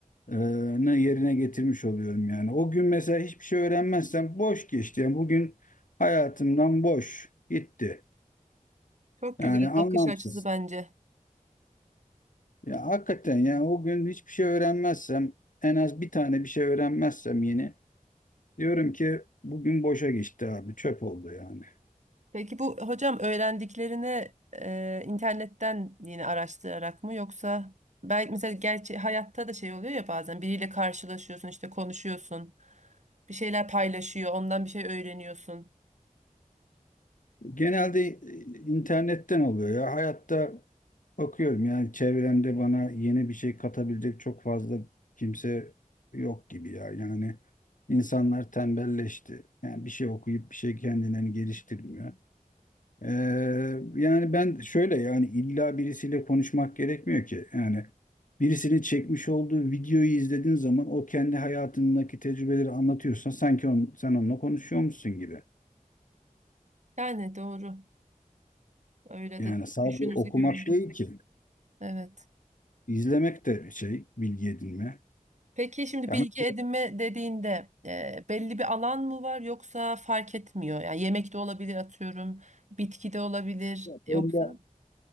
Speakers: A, on the left; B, on the right.
A: e, ne yerine getirmiş oluyorum yani. O gün mesela hiçbir şey öğrenmezsem boş geçti. Yani bugün hayatımdan boş gitti.
B: Çok
A: Yani
B: güzel
A: anlamsız.
B: bakış açısı bence.
A: Ya hakikaten yani o gün hiçbir şey öğrenmezsem en az bir tane bir şey öğrenmezsem yeni diyorum ki bugün boşa geçti abi çöp oldu yani.
B: Peki bu hocam öğrendiklerini e, internetten yine araştırarak mı yoksa belki mesela gerçi hayatta da şey oluyor ya bazen biriyle karşılaşıyorsun işte konuşuyorsun bir şeyler paylaşıyor ondan bir şey öğreniyorsun.
A: Genelde e, internetten oluyor ya. Hayatta bakıyorum yani çevremde bana yeni bir şey katabilecek çok fazla kimse yok gibi ya. Yani insanlar tembelleşti. Yani bir şey okuyup bir şey kendilerini geliştirmiyor. Ee, yani ben şöyle yani illa birisiyle konuşmak gerekmiyor ki. Yani birisinin çekmiş olduğu videoyu izlediğin zaman o kendi hayatındaki tecrübeleri anlatıyorsan sanki on, sen onunla konuşuyormuşsun gibi.
B: Yani doğru öyle
A: Yani
B: de
A: sadece
B: düşünürsek
A: okumak
B: öyle.
A: değil ki.
B: Evet.
A: İzlemek de şey, bilgi edinme.
B: Peki şimdi
A: Yani
B: bilgi
A: mesela
B: edinme dediğinde e, belli bir alan mı var yoksa fark etmiyor? Yani yemek de olabilir atıyorum, bitki de olabilir
A: belli,
B: yoksa.